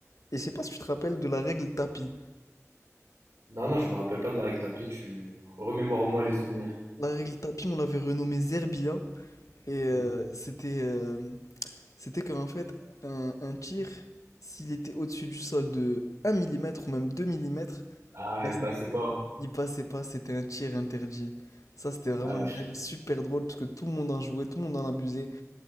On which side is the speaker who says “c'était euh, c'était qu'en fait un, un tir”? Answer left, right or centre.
Left